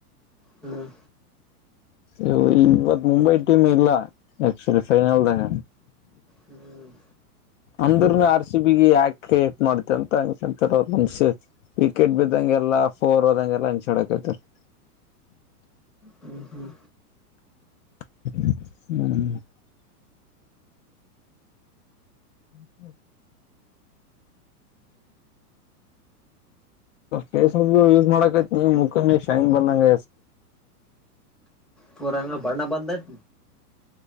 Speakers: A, in the centre; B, on the left.
A: ಹ್ಮ್
B: ಇವು ಈ ಇವತ್ ಮುಂಬೈ ಟೀಮ್ ಇಲ್ಲ ಆಕ್ಚುಲಿ ಫೈನಲ್ದಾಗ
A: ಹ್ಮ್
B: ಅಂದ್ರನು ಆರ್ ಸಿ ಬಿಗ ಯಾಕ ಎ ಮಾಡ್ತ ಅಂತ ಅಂಗಂತಂಗಸ ವಿಕೆಟ್ ಬಿದ್ದಂಗೆಲ್ಲಾ ಫೋರ್ದಂಗೆಲ್ಲ ಹಂಚ್ಡಕತರ್ <inaudible>
A: ಹ್ಮ್ ಹ್ಮ್
B: ಹ್ಮ್ ಹ್ಮ ಹ್ಮ <inaudible> ಫೇಸ್ ಯೂಸ್ ಮಾಡಕೈತ್ ನೀ ಮುಖನ ಶೈನ್ ಬಂದಂಗ
A: ಪುರಂಗ ಬರ್ಣ ಬಂದ <unintelligible>